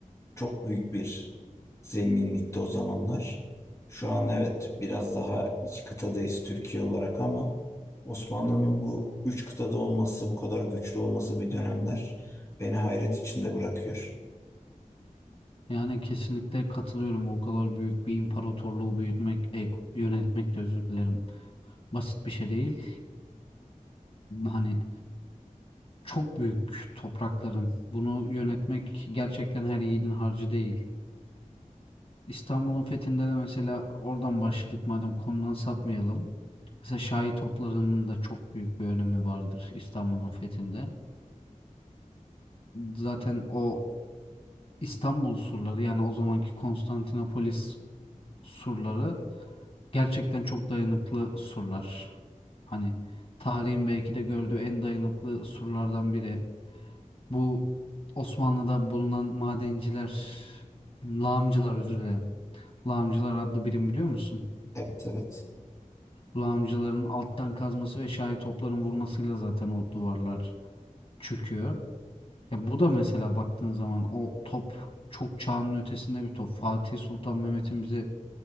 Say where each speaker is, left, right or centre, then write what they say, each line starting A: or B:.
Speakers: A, on the left (about 20°); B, on the left (about 45°).
A: çok büyük bir zenginlikti o zamanlar. Şu an evet biraz daha iki kıtadayız Türkiye olarak ama Osmanlı'nın bu üç kıtada olması, bu kadar güçlü olması bir dönemler beni hayret içinde bırakıyor.
B: Yani kesinlikle katılıyorum. O kadar büyük bir imparatorluğu büyütmek, e, yönetmek de özür dilerim. Basit bir şey değil. Hani çok büyük toprakların. Bunu yönetmek gerçekten her yiğidin harcı değil. İstanbul'un fethinde de mesela oradan başladık madem konudan sapmayalım. Mesela Şahi toplarının da çok büyük bir önemi vardır İstanbul'un fethinde. Zaten o İstanbul surları yani o zamanki Konstantinopolis surları gerçekten çok dayanıklı surlar. Hani tarihin belki de gördüğü en dayanıklı surlardan biri. Bu Osmanlı'da bulunan madenciler, lağımcılar özür dilerim. Lağımcılar adlı birim biliyor musun?
A: Evet evet
B: Lağımcıların alttan kazması ve şahi topların vurmasıyla zaten o duvarlar çöküyor. Ya bu da mesela baktığın zaman o top çok çağının ötesinde bir top. Fatih Sultan Mehmet'in bize